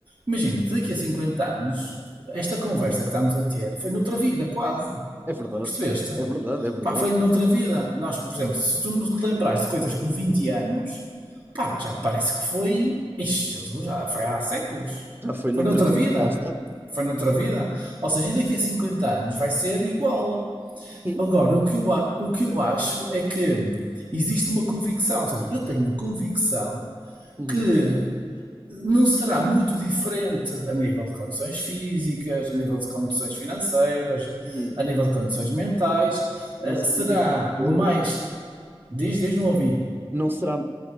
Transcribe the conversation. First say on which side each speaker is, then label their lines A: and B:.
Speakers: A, on the right (about 50°); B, on the right (about 20°).
A: Imagina, daqui a 50 anos, esta conversa que estamos a ter foi noutra vida, quase.
B: é verdade.
A: Percebeste?
B: É verdade, é verdade.
A: Pá, foi noutra vida. Nós, por exemplo, se tu nos lembraste de coisas com 20 anos, pá, já parece que foi. Ixi, Jesus, já foi há séculos.
B: Já foi noutra
A: Foi noutra
B: vida,
A: vida.
B: lá está.
A: Foi noutra vida. Ou seja, e daqui a 50 anos vai ser igual.
B: Sim.
A: Agora, o que eu, o que eu acho é que existe uma convicção. Ou seja, eu tenho a convicção
B: Uhum.
A: que não será muito diferente a nível de condições físicas, a nível de condições financeiras,
B: Uhum.
A: a nível de condições mentais.
B: Não
A: Eh,
B: será
A: será
B: muito difícil até
A: mais.
B: hoje.
A: Diz, diz, não ouvi.
B: Não será eh,